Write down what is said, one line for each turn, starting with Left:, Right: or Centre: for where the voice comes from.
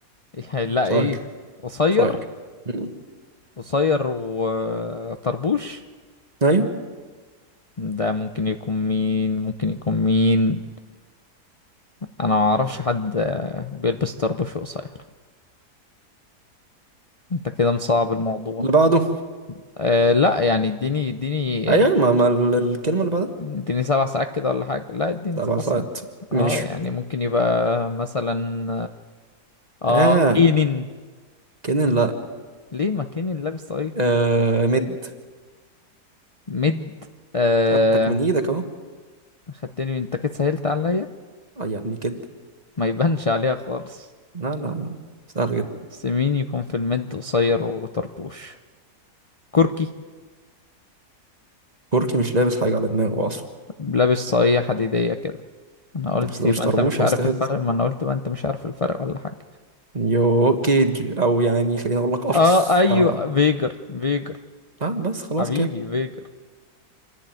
Left: إيه لا
Right: صاير
Left: ايه قصير
Right: صاير مم.
Left: قصير وطربوش
Right: ايوه
Left: ده ممكن يكون مين ممكن يكون مين انا ما اعرفش حد آه، بيلبس طربوش وقصير انت كده مصعب الموضوع
Right: اللي بعده
Left: أه لا يعني اديني اديني
Right: ايوه ما, ما ال- الكلمه اللي بعدها
Left: اديني سبع ساعات كده ولا حاجة لا اديني
Right: سبع
Left: سبع
Right: ساعات
Left: ساعات كده
Right: ماشي
Left: اه يعني ممكن يبقى مثلا اه
Right: ها
Left: آه، كينن
Right: كده لا
Left: ليه ما كينن لابس طاقية
Right: آه مد
Left: ميد آه
Right: جبتك من ايدك اهو
Left: خدتني انت كده سهلت عليا
Right: آه يا ابني كده
Left: ما يبانش عليها خالص
Right: لا لا لا سهل جدا
Left: بس مين يكون في الميد قصير وطربوش كركي
Right: كوركي مش لابس حاجه على دماغه اصلا
Left: لابس صاية حديدية كده انا قلت
Right: بس ده
Left: يبقى
Right: مش طربوش
Left: انت مش
Right: يا
Left: عارف
Right: استاذ
Left: الفرق ما انا قلت بقى انت مش عارف الفرق ولا حاجة
Right: يو كيج او يعني خليني اقول لك قفص
Left: اه ايوه
Right: اه
Left: فيجر فيجر
Right: اه بس خلاص
Left: حبيبي
Right: كده
Left: فيجر